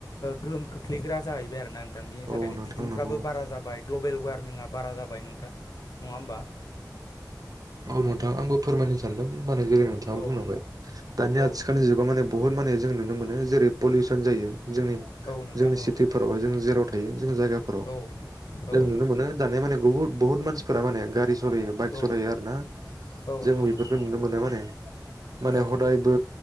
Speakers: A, on the left (about 60°); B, on the right (about 55°).
A: गोहोम खोख्लैयो फ्लिग्रा जाहैबाय आरो ना नोंथां बिनि
B: औ
A: थाखायनो
B: नोंथां
A: बिदुंफ्राबो
B: नंगौ
A: बारा जाबाय ग्लबेल वार्मिंआ बारा जाबाय नोंथां नङा होमबा?
B: औ नोंथां आंबो फोरमायनो सानदों <inaudible> नोंथाङा
A: औ
B: बुंनांबाय दानि
A: औ
B: आथिखालनि जुगाव माने बुहुत माने जों नुनो मोनो जेरै पलिउसन जायो जोंनि
A: औ नोंथां
B: जोंनि सिटिफोराव
A: औ
B: जों जेराव थायो जों जायगाफोराव
A: औ औ
B: जों नुनो मोनो दानिया माने बहुद बुहुत मानसिफोरा माने गारि सालायो बाइक
A: औ
B: सालायो आरो ना
A: औ
B: जों
A: नोंथां
B: बेफोरखौ
A: औ
B: नुनो मोनो माने माने
A: औ
B: हदायबो